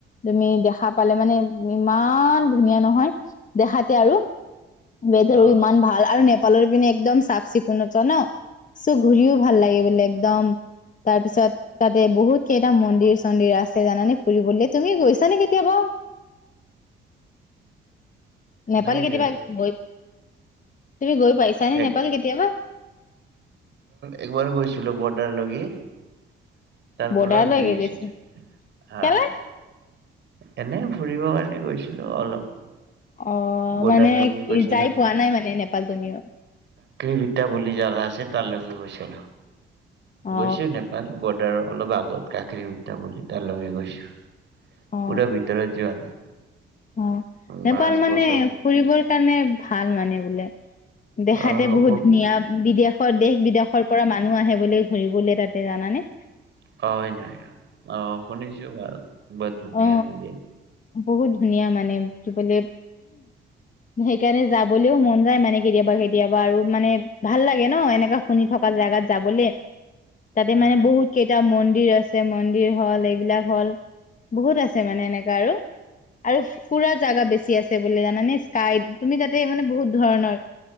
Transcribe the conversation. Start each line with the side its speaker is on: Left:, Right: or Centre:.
Left: তুমি দেখা পালে মানে ইমান ধুনীয়া নহয়, দেখাতে আৰু ৱেডাৰো
Right: অ
Left: ইমান ভাল আৰু ন লৰ পিনে একদম চাফ চিকুণ ত ন চো ঘূৰিও ভাল লাগে বোলে একদম। তাৰ পিছত তাতে বহুত কেইটা মন্দিৰ চন্দিৰ আছে জানানে ফুৰিবলৈ, তুমি গৈছা নে কেতিয়াবা? নেপাল
Right: নাই
Left: কেতিয়াবা
Right: যোৱা
Left: গৈ তুমি গৈ পাইছানে,
Right: একবাৰ
Left: নেপাল কেতিয়াবা।
Right: একবাৰ <unintelligible>
Left: বৰ্ডাৰ
Right: পৰা ঘূৰি
Left: লৈকে
Right: আহিছিলো
Left: গৈছে
Right: হা
Left: কেলে।
Right: এনে ফুৰিব কাৰণে গৈছিলো অলপ।
Left: অ,,
Right: বৰ্ডাৰলৈকে
Left: মানে কি
Right: গৈছিলো।
Left: যাই পোৱা নাই মানে নেপাল। পালদমীয়া <unintelligible>
Right: সীতা বুলি জাগা আছে তাৰ লৈকে গৈছিলো।
Left: অ
Right: গৈছো নেপাল বৰ্ডাৰৰ অলপ আগত। কত কাখেৰী উল্টা পুল্টা লৈ গৈছো
Left: অ
Right: পুৰা ভিতৰত যোৱা নাই।
Left: অ, 'নেপাল
Right: লাষ্ট
Left: মানে
Right: বছৰ
Left: ফুৰিবৰ কাৰণে ভাল। ভাল মানে বোলে। দেখাতে
Right: অ' হ'ব।
Left: বহুত ধুনীয়া, বিদেশৰ- দেশ বিদেশৰ পৰা মানুহ আহে বোলে ঘুৰিবলে তাত। জানা নে।
Right: হয় নাই আও অ' শুনিছো ভাল, বৰ ধুনীয়া
Left: অ
Right: বুলি।
Left: বহুত ধুনীয়া মানে দেখিবলৈ, সেইকাৰণে যাবলৈও মন যায় মানে কেতিয়াবা কেতিয়াবা আৰু মানে ভাল লাগে ন এনেকা শুনি থকা জেগাত যাবলে। তাতে, মানে
Right: অ'
Left: বহুত কেইটা মন দিৰ আছে, মন্দিৰ হ'ল, এইবিলাক হ'ল বহুত আছে মানে এনেকা আৰু। আৰু ফুৰা জাগা বেছি আছে। ছে বোলে জানানে। স্কাই, তুমি তাতে মানে বহুত ধৰণৰ